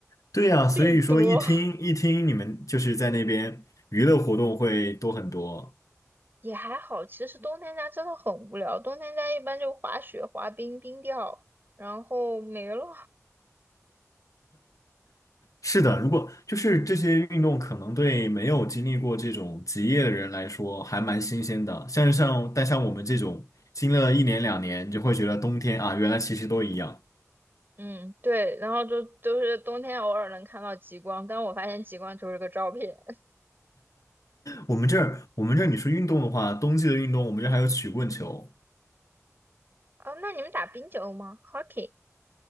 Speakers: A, on the left; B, on the right.
A: 对呀，所以说一听一听你们就是在那边娱乐活动会多很多，
B: 最多。也还好。其实冬天家真的很无聊，冬天家一般就滑雪、滑冰、冰钓，然后没了。
A: 是的，如果就是这些运动，可能对没有经历过这种职业的人来说还蛮新鲜的。像是像，但像我们这种经历了一年两年，你就会觉得冬天啊，原来其实都一样。
B: 嗯，对，然后就都是冬天偶尔能看到极光，但我发现极光就是个照片。
A: 我们这儿，我们这儿你说运动的话，冬季的运动，我们这儿还有曲棍球、
B: 啊。那你们打冰球吗？Hockey？